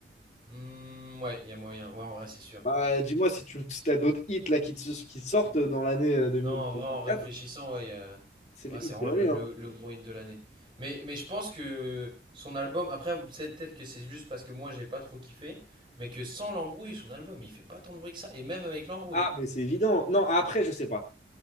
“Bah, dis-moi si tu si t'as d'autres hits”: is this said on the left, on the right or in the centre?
Left